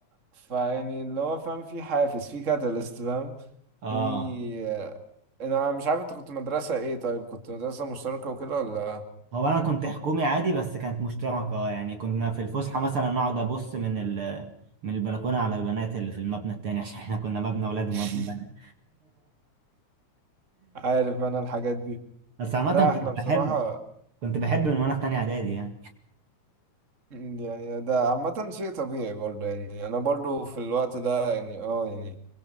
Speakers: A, on the right; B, on the right.
A: ف يعني اللي هو فاهم في حافز في كاتاليست فاهم
B: آه.
A: في آه، انا مش عارف انت كنت مدرسة ايه طيب كنت مدرسة مشتركة وكده ولا
B: هو انا كنت حكومي عادي بس كانت مشتركة آه، يعني كنا في الفسحة مثلا نقعد ابص من ال من البلكونة على البنات اللي في المبنى التاني عشان احنا كنا مبنى اولاد ومبنى
A: <laughs>
B: بنات
A: عارف انا الحاجات دي
B: <laughs> بس عامة
A: لا
B: كنت
A: احنا بصراحة
B: بحب كنت بحب من وانا في تانية اعدادي يعني
A: يعني ده عامة شيء طبيعي برضه يعني أنا برضه في الوقت ده يعني اه يعني